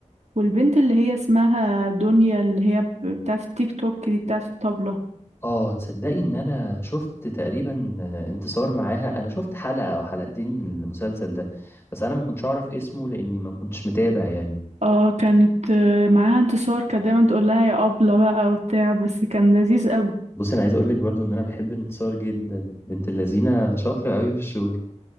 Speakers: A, on the right (about 60°); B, on the left (about 20°).
A: والبنت اللي هي اسمها دنيا اللي هي ب- بتاعة التيك توك دي بتاعة الطبلة
B: آه، تصدّقي إن أنا شُفت تقريبًا آه، انتصار معاها، أنا شُفت حلقة أو حلقتين من المسلسل ده، بس أنا ما كنتش أعرف اسمه لإني ما كنتش متابع يعني.
A: اه كانت آه، معاها انتصار كانت دايما تقول لها يا أبلة بقى وبتاع بس كان لذيذ قوي
B: بُصّي، أنا عايز أقول لِك برضه إن أنا باحب انتصار جدًا، بنت اللذينة شاطرة أوي في الشغل،